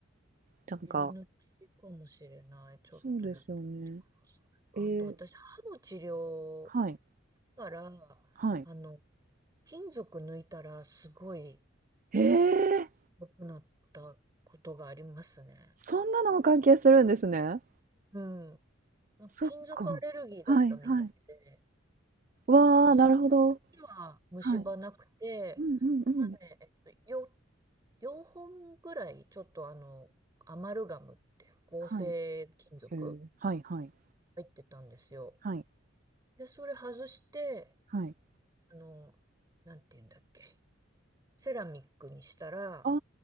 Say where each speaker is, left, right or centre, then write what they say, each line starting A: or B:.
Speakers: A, on the right; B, on the right.
A: なんか、
B: ビル抜きかもしれない。ちょっとやってみてください。
A: そうですよね。
B: あと私、
A: えー、
B: 歯の治療
A: はい、
B: から、
A: はい。
B: あの、金属抜いたらすごい
A: ええ、
B: 良くなったことがありますね。
A: そんなのも関係するんですね。
B: うん。なんか金属アレルギーだったみたいで、
A: そっか。はいはい。わあ、
B: なんかその時は虫歯なくて、
A: なるほど。はい。うんうんうん。
B: 歯ね、えっと、4、本ぐらいちょっとあの、アマルガムって合成金属
A: はい。へえ。はいはい。
B: 入ってたんですよ。
A: はい。
B: で、それ外して、
A: はい。
B: あの、なんて言うんだっけ、セラミックにしたら、
A: あ